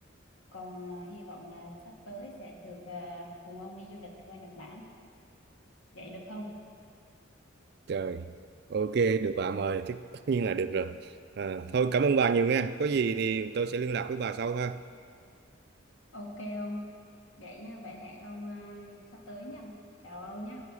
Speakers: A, on the left (about 80°); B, on the right (about 50°).
A: Còn à, hy vọng là sắp tới sẽ được à, cùng ông đi du lịch qua Nhật Bản. Vậy được không?
B: trời ok được bà mời thì tất nhiên là được rồi à, thôi cảm ơn bà nhiều nha có gì thì tôi sẽ liên lạc với bà sau ha
A: Ok ông, vậy nha, vậy hẹn ông à, sắp tới nha. Chào ông nha.